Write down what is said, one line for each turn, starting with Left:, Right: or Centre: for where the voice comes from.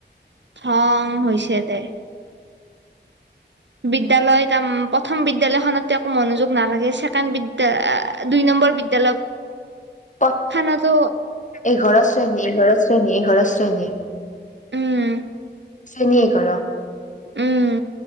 Right: থং হৈছে দে। বিদ্যালয় তাৰ প্ৰথম বিদ্য়ালয়খনত একো মনোযোগ নালাগে, ছেকেণ্ড বিদ্যা দুই নম্বৰ বিদ্যালয়
Left: <unintelligible>
Right: খানতো
Left: এঘৰ শ্ৰেণী এঘৰ শ্ৰেণী এঘৰ <unintelligible>
Right: উম
Left: <unintelligible> কৰ।
Right: উম,